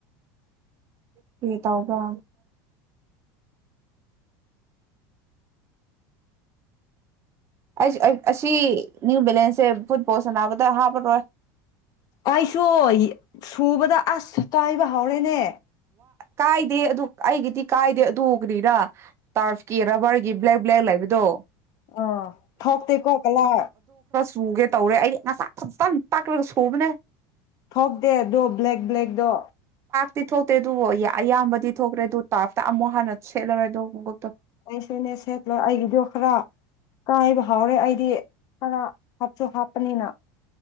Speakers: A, on the right; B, on the left.
A: ꯀꯦ ꯇꯥꯎꯕ꯭ꯔ ꯑꯩ ꯑꯁꯤ ꯅ꯭ꯌꯨ ꯕꯦꯂꯦꯟꯁꯦ ꯐꯨꯠꯕꯣꯜ ꯁꯅꯕꯗ ꯍꯥꯞꯄꯔꯣꯏ
B: ꯑꯩꯁꯨꯣ ꯊꯨꯕꯗ ꯑꯁ ꯇꯥꯏꯕ ꯍꯧꯔꯦꯅꯦ
A: ꯀꯥꯏꯗꯦ ꯑꯗꯨ ꯑꯩꯒꯤꯗꯤ ꯀꯥꯏꯗꯦ ꯑꯗꯨꯅꯤꯅ ꯇꯔꯐꯀꯤ ꯔꯕꯔꯒꯤ ꯕ꯭ꯂꯦꯛ ꯕ꯭ꯂꯦꯛ ꯂꯩꯕꯗꯣ
B: ꯑ ꯊꯣꯛꯇꯦ ꯀꯣꯀꯂ
A: ꯆꯨꯒꯦ ꯇꯧꯔꯦ ꯑꯩꯗꯤ ꯉꯁꯥꯛ ꯐꯖꯅ ꯇꯥꯛꯈ꯭ꯔꯒ ꯁꯨꯕꯅꯦ
B: ꯊꯣꯛꯇꯦ ꯑꯗꯨꯣ ꯕ꯭ꯂꯦꯛ ꯕ꯭ꯂꯦꯛꯗꯣ
A: ꯇꯤ ꯊꯣꯛꯇꯦ ꯑꯗꯨꯕꯨ ꯑꯌꯥꯝꯕꯗꯤ ꯊꯣꯛꯈ꯭ꯔꯦ ꯑꯗꯨꯣ ꯇꯥꯞꯇ ꯑꯃꯨꯛ ꯍꯥꯟꯅ ꯁꯦꯠꯂꯔꯣꯏ ꯑꯗꯣ ꯣꯛꯇ
B: ꯑꯩ ꯁꯅꯦ ꯁꯦꯠꯂꯣꯏ ꯑꯩꯒꯤꯗꯣ ꯈꯔ ꯀꯥꯏꯕ ꯍꯧꯥꯎꯔꯦ ꯑꯩꯗꯤ ꯈꯔ ꯍꯥꯞꯆꯁꯨ ꯍꯥꯞꯄꯅꯤꯅ